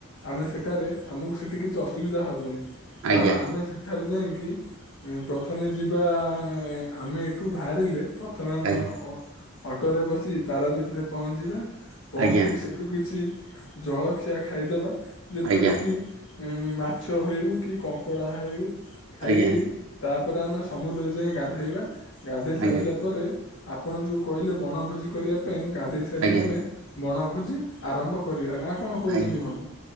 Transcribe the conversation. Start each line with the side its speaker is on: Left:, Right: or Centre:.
Left: ଆମେ ସେଠାରେ ଆମକୁ ସେଠି କିଛି ଅସୁବିଧା ହବନି। କାରଣ
Right: ଆଜ୍ଞା
Left: ଆମେ ସେଠାରୁ ଯାଇ କି ପ୍ରଥମେ ଯିବା ଆମେ ଏଠୁ ବାହାରିଲେ ପ୍ର ପ୍ରଥମେ ଆମ
Right: ଆଜ୍ଞା
Left: ଅ ଅଟୋରେ ବସି ପାରାଦ୍ଵୀପରେ ପହଞ୍ଚିବା। ପହଞ୍ଚିକି
Right: ଆଜ୍ଞା
Left: ସେଠୁ କିଛି ଜଳଖିଆ ଖାଇଦେବା ଯେପରିକି
Right: ଆଜ୍ଞା ଆଜ୍ଞା
Left: ଉ ମାଛ ହେଉ କି କଙ୍କଡ଼ା ହେଉ ଖାଇକି
Right: ଆଜ୍ଞା
Left: ତା ତା ପରେ ଆମେ ସମୁଦ୍ରରେ ଯାଇ ଗାଧେଇବା ଗାଧେଇ
Right: ଆଜ୍ଞା
Left: ସାରିଲା ପରେ ଆପଣ ଯୋଉ କହିଲେ ବଣ ଭୋଜି କରିବା ପାଇଁ ଗାଧେଇ ସାରି
Right: ଆଜ୍ଞା
Left: ଆମେ
Right: ଆଜ୍ଞା
Left: ବଣଭୋ ଭୋଜି ଆରମ୍ଭ କରିବା ନା କଣ କହୁଛନ୍ତି
Right: ଆଜ୍ଞା
Left: ବନ୍ଧୁ?